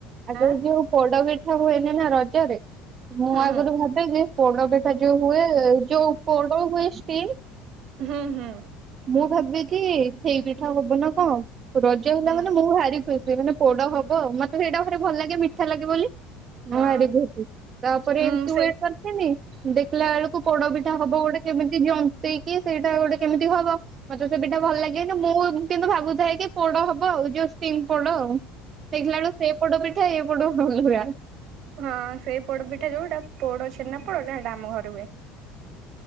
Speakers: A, on the right; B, on the right.
A: ଆଗରୁ
B: ଆଁ
A: ଯୋଉ ପୋଡ ପି ସବୁ ହୁଅନି ନା ରଜରେ। ମୁଁ
B: ହୁଁ।
A: ଆଗାରୁ ଭାବେ ଯେ ପୋଡ ପେଟା ଯୋଉ ହୁଏ ଯୋଉ ପୋଡ ହୁଏ ଷ୍ଟିମ୍
B: ହୁଁ ହୁଁ।
A: ମୁଁ ଭାବେକି ସେଇ ପିଠା ହବ ନା କଣ। ରଜହେଲା
B: ହୁଁ
A: ମାନେ ମୁଁ ଭାରି ଖୁ ମାନେ ପୋଡ ହବ ମତେ ସେଇଟା ଭାରି ଭଲ ଲାଗେ ମିଠା ଲାଗେ ବୋଲି।
B: ହଁ
A: ମୋ ଆଡେ ବି ହେଚି ତାପରେ
B: ହୁଁ
A: ଏମତି
B: ସେଇ
A: ୱେଟ କରିଥିନି ଦେଖିଲା ବେଳକୁ ପୋଡ ବି ଟା ହବ ଗୋଟେ କେମିତି ଜନ ପିକି ସେଇଟା ଗୋଟେ କେମିତ ହବ ମତେ ସେ ପିଠା ଭଲ ଲାଗେନି ମୁଁ କିନ୍ତୁ ଭାବୁଥାଏ କି ପୋଡ ହବ ଆଉ ଯୋଉ ଷ୍ଟିମ୍ ପୋଡ ଆଉ। ସେଗିଳାଳୁ ସେ ପଟ ବି ଥେ ଏପଟୁ <unintelligible>
B: ହଁ ସେଇ ପୋଡପିଠା ଯୋଉଟା ପୋଡ ଛେନା ପୋଡଟା ହେଟା ଆମ ଘରେ ହୁଏ।